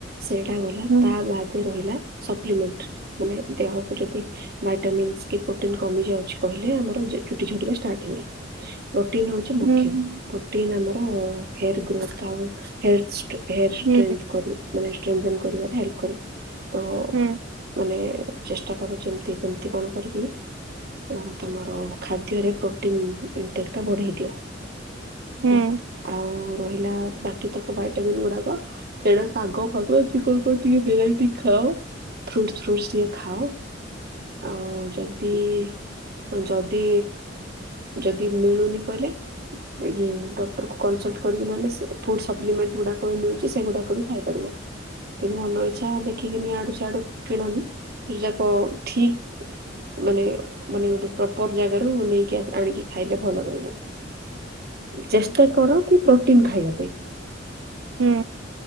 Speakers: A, on the right; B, on the right.
A: ସେଇଟା ଗଲା
B: ହୁଁ
A: ତା ବାଦ ରହିଲା ସପ୍ଲିମେଣ୍ଟ ମାନେ ଦେହକୁ ଯଦି ଭାଇଟାମନ୍ସ କି ପ୍ରୋଟିନ କମି ଯାଉଛି କହିଲେ ଆମର ଚୁଟି ଝଡିବା ଷ୍ଟାର୍ଟ ହୁଏ। ପ୍ରୋଟିନ୍ ହେଉଛି ମୁଖ୍ୟ,
B: ହୁଁ ହୁଁ
A: ପ୍ରୋଟିନ୍ ଆମର ହେୟାର୍ ଗ୍ରୋଥ୍ ଆଉ ହେୟାର୍ ଷ୍ଟ୍ର ହେୟାର୍ ଷ୍ଟ୍ରେନ୍ଥ୍
B: ହୁଁ
A: କରି ମାନେ ଷ୍ଟ୍ରେନ୍ଥେନ୍ କରିବାରେ ହେଲ୍ପ୍ କରେ ତ
B: ହୁଁ।
A: ମାନେ ଚେଷ୍ଟା କର ଯେମିତି କେମିତି କଣ କରିକି ଓ ତୁମର ଖାଦ୍ୟରେ ପ୍ରୋଟିନ୍ ଇନଟେକ୍ ଟା ବଢ଼େଇ ଦିଅ।
B: ହୁଁ
A: ଆ ଆଉ ରହିଲା ବା କେତକ ଭାଇଟାମିନ୍ ଗୁଡାକ ସେଇଟ ଶାଗ ଫାଗ ଏଦି କଣ କଣ ଟିକେ ଭେରାଇଟି ଖାଅ। ଫ୍ରୁଟ୍ସ୍ ଫ୍ରୁଟ୍ସ୍ ଟିକିଏ ଖାଅ। ଆଉ ଯଦି ହଁ ଯଦି ଯଦି ମିଳୁନି କହିଲେ ଇ ଡକ୍ଟର କୁ କନସଲ୍ଟ କରିକି ନହେଲେ ସେ ଫୁଡ୍ ସପ୍ଲିମେଣ୍ଟ ଗୁଡ଼ା ମିଳୁଚି ସେଗୁଡ଼ା ବି ଖାଇ ପାରିବ। କିନ୍ତୁ ମନ ଇଚ୍ଛା ଦେଖିକିନି ଇଆଡୁ ସିଆଡୁ କିଣନି କି ଯା କ ଠି ମାନେ ମାନେ ଗୋଟେ ପ୍ରପର ଜାଗାରୁ ନେଇକି ଆଣିକି ଖାଇଲେ ଭଲ ରହିବ। ଚେଷ୍ଟା କର କି ପ୍ରୋଟିନ୍ ଖାଇବା ପାଇଁ।
B: ହୁଁ।